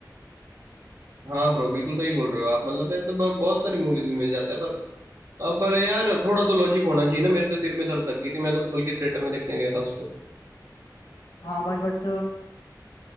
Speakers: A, on the right; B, on the left.
A: हाँ ब्रो बिल्कुल सही बोल रहे हो आप मतलब ऐसा ब- बहुत सारी मूवीज में मिल जाता है पर अ, पर यार थोड़ा तो लॉजिक होना चाहिए ना मेरे तो सिर में दर्द लग गई थी मैं तो बल्कि थिएटर में देखने गया था उसको
B: हाँ भाई बट